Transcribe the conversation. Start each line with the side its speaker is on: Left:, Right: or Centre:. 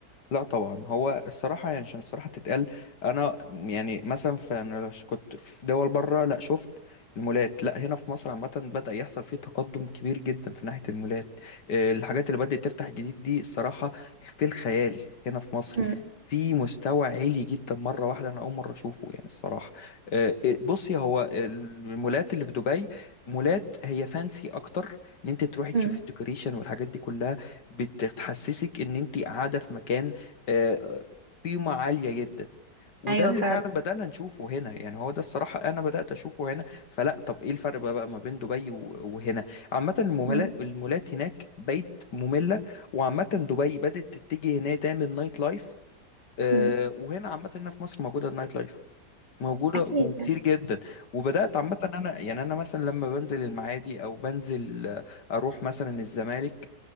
Left: لا طبعا هو الصراحة يعني عشان الصراحة تتقال أنا يعني مثلا في أنا ش- كنت في دول بره لا شفت المولات لا هنا في مصر عامة بدأ يحصل فيه تقدم كبير جدا في ناحية المولات آه، الحاجات اللي بدأت تفتح جديد دي الصراحة في الخيال هنا في مصر
Right: امم
Left: في مستوى عالي جدا مرة واحدة أنا أول مرة أشوفه يعني الصراحة آه، آه، بصي هو المولات اللي في دبي مولات هي فانسي أكتر إن أنت تروحي
Right: امم
Left: تشوفي الديكوريشن والحاجات دي كلها بتحسسك إن أنت قاعدة في مكان آه، قيمة عالية جدا وده
Right: ايوه
Left: اللي
Right: فعلا
Left: فعلا بدأنا نشوفه هنا يعني هو ده الصراحة أنا بدأت أشوفه هنا فلا طب إيه الفرق بقى بقى ما بين دبي و- وهنا عامة المولات
Right: امم
Left: المولات هناك بقت مملة وعامة دبي بدأت تتجه إن هي تعمل نايت لايف آه،
Right: امم
Left: وهنا عامة هنا في مصر موجودة النايت لايف موجودة
Right: اكيد
Left: وكتير
Right: يعني
Left: جدا وبدأت عامة أنا يعني أنا مثلا لما بنزل المعادي أو بنزل آه، أروح مثلا الزمالك